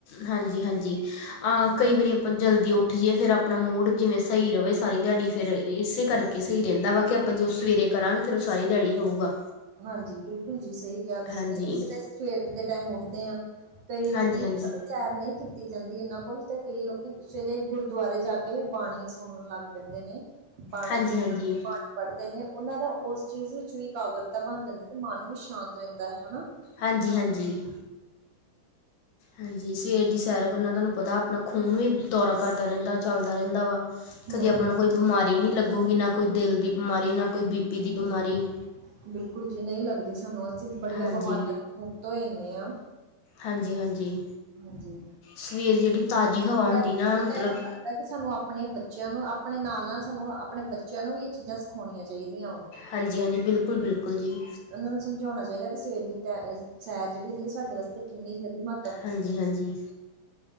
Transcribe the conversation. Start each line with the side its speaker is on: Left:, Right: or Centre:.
Left: ਹਾਂਜੀ-ਹਾਂਜੀ, ਆ
Right: ਹਮ
Left: ਕਈ ਵਾਰੀ ਆਪਾਂ ਜਲਦੀ ਉੱਠ ਉੱਠੀ ਇਏ ਫਿਰ ਆਪਣਾ ਮੂਡ ਜਿਵੇਂ ਸਹੀ ਰਹੇ ਸਾਰੀ ਦਿਹਾੜੀ ਫਿਰ ਇਸੇ ਕਰਕੇ
Right: ਹਾਂਜੀ
Left: ਸਹੀ ਰਹਿੰਦਾ ਵਾ ਕਿ ਆਪਾ ਜੋ ਉਹ ਸਵੇਰੇ ਕਰਾਂਗੇ ਫਿਰ ਉਹ ਸਾਰੀ ਦਿਹਾੜੀ ਰਹੂਗਾ।
Right: ਹਾਂਜੀ, ਬਿਲਕੁਲ ਜੀ ਸਹੀ ਕਿਹਾ ਤੁਸੀਂ
Left: ਹਾਂਜੀ
Right: ਇੱਕ ਤਾਂ ਅਸੀਂ ਸਵੇਰ ਦੇ ਟਾਈਮ ਉੱਠਦੇ ਹਾਂ। ਕਈ ਲੋਕੀ।
Left: ਹਾਂਜੀ ਹਾਂਜੀ
Right: ਸੈਰ ਨਹੀਂ ਕੀਤੀ ਜਾਂਦੀ ਇਹਨਾਂ ਕੋਲ ਅਤੇ ਕਈ ਲੋਕ ਸਵੇਰੇ ਗੁਰਦੁਆਰੇ ਜਾ ਕੇ ਬਾਣੀ ਸੁਣਨ ਲੱਗ ਕਹਿੰਦੇ ਨੇ ਬਾਣੀ
Left: ਹਾਂਜੀ
Right: ਜ
Left: ਹਾਂਜੀ
Right: ਆਪ ਬਾਣੀ ਪੜ੍ਹਦੇ ਨੇ ਉਹਨਾਂ ਦਾ ਉਸ ਚੀਜ਼ ਵਿੱਚ ਵੀ ਏਕਾਗਰ ਮਨ ਜਾਂਦੇ ਤੇ ਮਨ ਵੀ ਸ਼ਾਂਤ ਰਹਿੰਦਾ ਹੈਨਾ।
Left: ਹਾਂਜੀ-ਹਾਂਜੀ। ਹਾਂਜੀ ਸਵੇਰ ਦੀ ਸੈਰ ਕਰਨਾ ਤੁਹਾਨੂੰ ਪਤਾ ਆਪਣਾ ਖੂਨ ਵੀ ਦੌਰਾ ਕਰਦਾ ਰਹਿੰਦਾ, ਚੱਲਦਾ ਰਹਿੰਦਾ ਵਾ। ਕਦੇ
Right: ਹੂੰ,
Left: ਆਪਾਂ
Right: ਹੂੰ,
Left: ਨੂੰ ਕੋਈ ਬਿਮਾਰੀ ਨਹੀਂ ਲੱਗੂਗੀ ਨਾ ਕੋਈ ਦਿਲ ਦੀ ਬਿਮਾਰੀ, ਨਾ ਕੋਈ ਬੀ ਪੀ ਦੀ ਬਿਮਾਰੀ।
Right: ਹੂੰ। ਹੂੰ। ਬਿਲਕੁਲ ਜੀ, ਨਹੀਂ ਲੱਗਦੇ ਸਾਨੂੰ। ਬੜੀਆਂ
Left: ਹਾਂਜੀ
Right: ਬਿਮਾਰੀਆਂ ਤੱਕ ਮੁਕਤ ਹੋਨਿਆ,
Left: ਹਾਂਜੀ ਹਾਂਜੀ
Right: ਹਾਂਜੀ।
Left: ਸਵੇਰ ਦੀ ਜਿਹੜੀ ਤਾਜ਼ੀ ਹਵਾ
Right: ਮੈਨੂੰ
Left: ਹੁੰਦੀ ਨਾ ਮਤਲਬ।
Right: ਤਾਂ ਇਹੋ ਲੱਗਦਾ ਕਿ ਸਾਨੂੰ ਆਪਣੇ ਬੱਚਿਆਂ ਨੂੰ ਆਪਣੇ ਨਾਲ-ਨਾਲ ਸਾਨੂੰ ਆਪਣੇ ਬੱਚਿਆਂ ਨੂੰ ਵੀ ਇਹ ਚੀਜ਼ਾਂ ਸਿਖਾਉਣੀਆਂ ਚਾਹੀਦੀਆਂ ਵਾ।
Left: ਹਾਂਜੀ-ਹਾਂਜੀ, ਬਿਲਕੁਲ-ਬਿਲਕੁਲ ਜੀ।
Right: ਉਹਨਾਂ ਨੂੰ ਸਮਝਾਉਣਾ ਚਾਹੀਦਾ ਕਿ ਸਵੇਰ ਦੀ ਟੈਮ ਸੈਰ ਜਿਹੜੀ ਹੁੰਦੀ ਉਹ ਸਾਡੇ ਵਾਸਤੇ। ਕਿੰਨੀ ਗਰੀਮਤ
Left: ਹਾਂਜੀ-ਹਾਂਜੀ-ਹਾਂਜੀ,